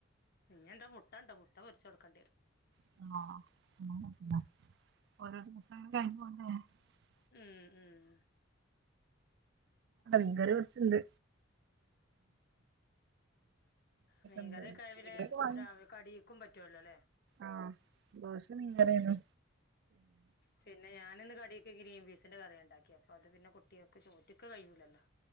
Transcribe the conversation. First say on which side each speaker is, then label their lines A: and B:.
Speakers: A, on the left; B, on the right.
A: ഇഞ്ഞ് എന്താ മുട്ട ഇണ്ട് മുട്ട പൊരിച്ച് കൊടുക്കണ്ടി വരും.
B: ആഹ്
A: ഉം
B: <unintelligible>
A: ഉം, ഉം.
B: ങ്കറി കുറച്ചുണ്ട്
A: മീൻകറക്കെ
B: ഉണ്ട് എന്തെങ്കിലുമൊക്കെ
A: ആയ പിനെ
B: വാങ്ങി
A: കടിക്കും പറ്റുവല്ലോ അല്ലേ
B: ആഹ് ദോശ നിങ്ങടെയാണോ
A: ഉം പിന്നെ പിന്നെ ഞാനിന്ന് കടീക്ക് ഗ്രീൻ പീസിന്റെ കറിയാ ഉണ്ടാക്കി അപ്പൊ അത് പിന്നെ കുട്ടികൾക്ക് ചോറ്റ്ക്ക് കയൂല്ലല്ലോ